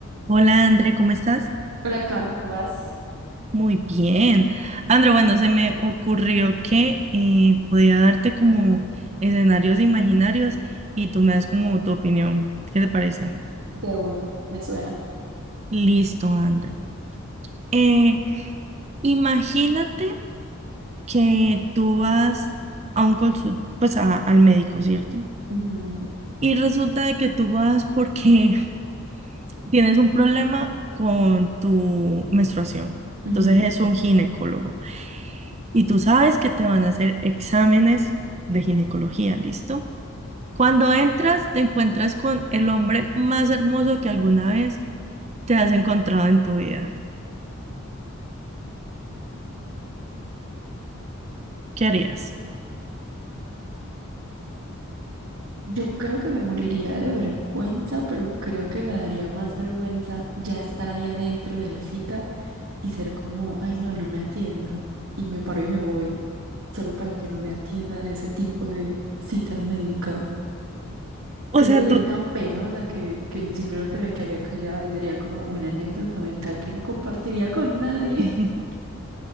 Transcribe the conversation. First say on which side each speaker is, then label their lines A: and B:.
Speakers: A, on the right; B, on the right.
A: Hola, André, ¿cómo estás?
B: Hola Cami, ¿cómo vas?
A: Muy bien. André, bueno, se me ocurrió que eh, podía darte como escenarios imaginarios y tú me das como tu opinión. ¿Qué te parece?
B: De una, me suena.
A: Listo, André. Eh, imagínate que tú vas a un consultorio, pues a- al médico, ¿cierto?
B: Ujú,
A: Y resulta de que tú vas porque <laughs> tienes un problema con tu menstruación.
B: ujú.
A: Entonces es un ginecólogo. y tú sabes que te van a hacer exámenes de ginecología, ¿listo? Cuando entras, te encuentras con el hombre más hermoso que alguna vez te has encontrado en tu vida. ¿Qué harías?
B: Yo creo que me moriría de vergüenza, pero creo que me daría más vergüenza ya estar ahí adentro de la cita y ser como, ay no, no me atienda. Y me paro y me voy, solo para que no me atienda de ese tipo de citas médicas.
A: O
B: Creo
A: sea,
B: que soy
A: tú,
B: tan penosa que, que me- simplemente me quedaría callada y sería como una anécdota mental que no compartiría con nadie.
A: <laughs>
B: <laughs>